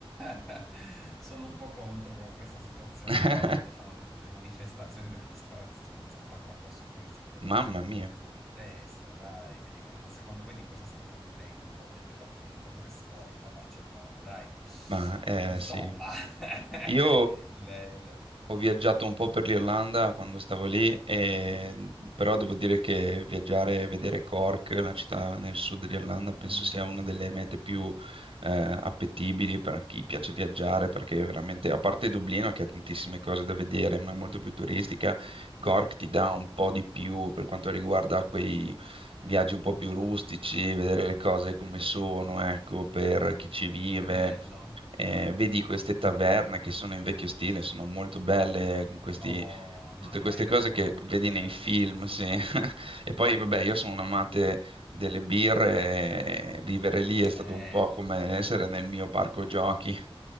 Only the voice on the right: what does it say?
<laughs>
Mamma
mia,
ma eh
sì.
Io
ho viaggiato un po' per l'Irlanda quando stavo lì, e- però devo dire che viaggiare e vedere Cork, la città nel sud dell'Irlanda, penso
sia una delle mete più eh, appetibili per chi piace viaggiare, perché veramente, a parte Dublino che ha tantissime cose da vedere, ma è molto più turistica, Cork ti dà un po' di più per quanto riguarda quei viaggi un po' più rustici, vedere le cose come sono, ecco, per chi ci vive
eh, vedi queste taverne che sono in vecchio stile, sono molto belle, con questi,
tutte
queste
cose
che
vedi
nei film,
sì.
<laughs> E
poi, vabbè, io
sono un amante
delle birre, e vivere lì è stato
un po' come essere nel mio parco giochi.